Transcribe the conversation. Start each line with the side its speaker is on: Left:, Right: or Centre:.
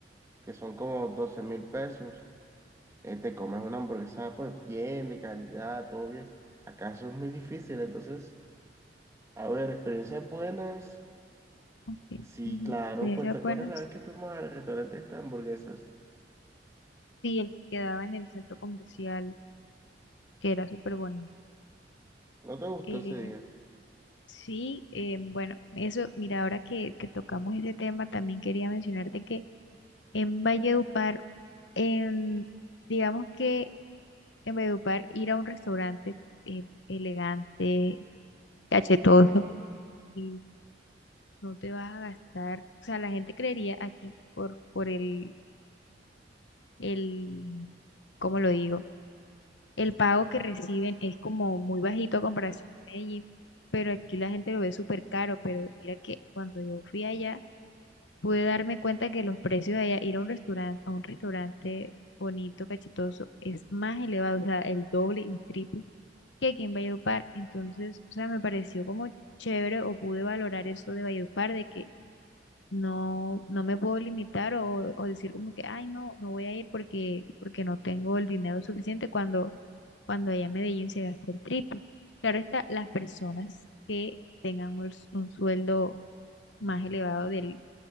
Right: que son como doce mil pesos, eh, te comes una hamburguesa, pues bien, de calidad, todo bien. Acá eso es muy difícil, entonces. A ver, experiencias buenas.
Left: Ok,
Right: Sí,
Left: ujú,
Right: claro,
Left: Experiencias
Right: pues te
Left: buenas.
Right: acuerdas la vez que fuimos al restaurante de estas hamburguesas.
Left: Sí, el que quedaba en el centro comercial, que era súper bueno.
Right: ¿No te gustó
Left: Eh,
Right: ese día?
Left: sí, eh, bueno, eso, mira, ahora que, que tocamos ese tema, también quería mencionarte que en Valledupar, en, digamos que en Valledupar ir a un restaurante eh, elegante, cachetoso, y no te vas a gastar, o sea, la gente creería aquí por, por el, el, ¿cómo lo digo? El pago que reciben es como muy bajito a comparación a Medellín, pero aquí la gente lo ve súper caro, pero mira que cuando yo fui allá, pude darme cuenta que los precios de allá, ir a un restaurante, a un restaurante bonito, cachetoso, es más elevado, o sea, el doble y el triple que aquí en Valledupar. Entonces, o sea, me pareció como chévere o pude valorar eso de Valledupar, de que no, no me puedo limitar o, o decir como que, ay, no, no voy a ir porque, porque no tengo el dinero suficiente cuando, cuando allá en Medellín se gasta el triple. Claro está, las personas que tengan un, s- un sueldo más elevado del,